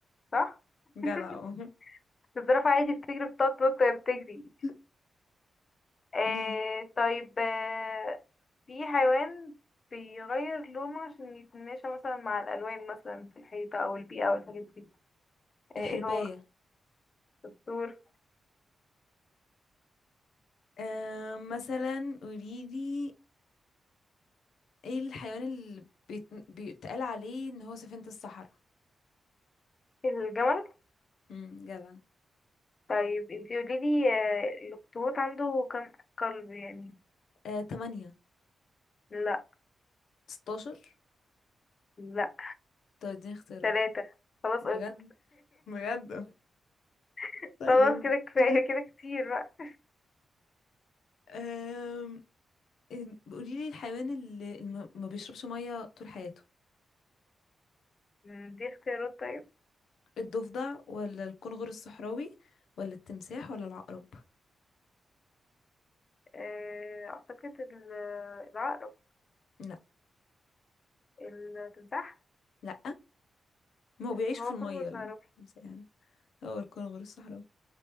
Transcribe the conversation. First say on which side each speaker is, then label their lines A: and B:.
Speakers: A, on the left; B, on the left.
A: صح
B: جدع
A: <laughs>
B: أهو.
A: الزرافة عادي بتجري بتقعد تنط وهي بتجري
B: <laughs>
A: آه
B: ماشي
A: طيب آه في حيوان بيغير لونه عشان يتماشى مثلا مع الألوان مثلا في الحيطة أو البيئة أو الحاجات دي آه
B: الحرباية
A: ايه هو الدكتور
B: آه مثلا قولي لي ايه الحيوان اللي بيت... بيتقال عليه ان هو سفينة الصحراء
A: الجمل
B: امم جدع
A: طيب انتي قوليلي آه الأخطبوط عنده كام قلب يعني
B: آه تمانية
A: لا
B: ستاشر
A: لا
B: طب اديني اختيارات
A: ثلاثة خلاص
B: بجد
A: قلت
B: بجد
A: <laughs>
B: طيب
A: خلاص كده كفاية
B: <laughs>
A: كده كتير بقى
B: آم، إم، قولي لي الحيوان اللي الم- ما بيشربش ميه طول حياته
A: مم، دي اختيارات طيب
B: الضفدع ولا الكنغر الصحراوي ولا التمساح ولا العقرب
A: آه أعتقد ال- العقرب
B: لا
A: التمساح
B: لا ما هو بيعيش
A: هو
B: في الميه
A: كونفرس
B: التمساح
A: هروح
B: يعني هو الكنغر الصحراوي